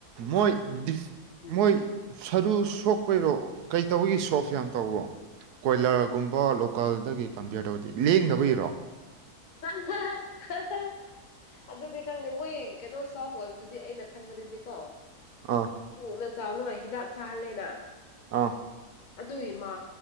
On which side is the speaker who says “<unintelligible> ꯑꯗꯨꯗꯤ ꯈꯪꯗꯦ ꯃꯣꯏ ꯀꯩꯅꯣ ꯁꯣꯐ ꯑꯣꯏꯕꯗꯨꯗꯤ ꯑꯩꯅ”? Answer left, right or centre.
Left